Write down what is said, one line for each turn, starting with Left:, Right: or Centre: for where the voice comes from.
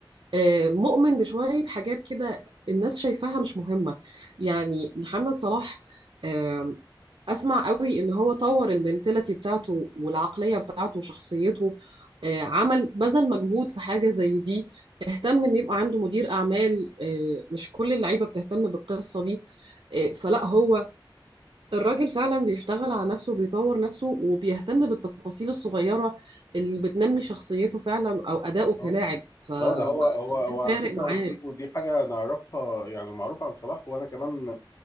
Right: آه، مؤمن بشويه حاجات كده الناس شايفاها مش مهمه يعني محمد صلاح آه، اسمع قوي ان هو طور المنتاليتي بتاعته والعقليه بتاعته وشخصيته آه، عمل بذل مجهود في حاجه زي دي اهتم ان يبقى عنده مدير اعمال آه، مش كل اللعيبه بتهتم بالقصه دي آه، فلا هو الراجل فعلا بيشتغل على نفسه بيطور نفسه وبيهتم بالتفاصيل الصغيره اللي بتنمي شخصيته فعلا او اداؤه كلاعب
Left: اه
Right: ف...
Left: اه ده هو هو
Right: فده
Left: هو على
Right: فارق
Left: فكره
Right: معاه
Left: ودي ودي حاجه نعرفها يعني معروفه عن صلاح وانا كمان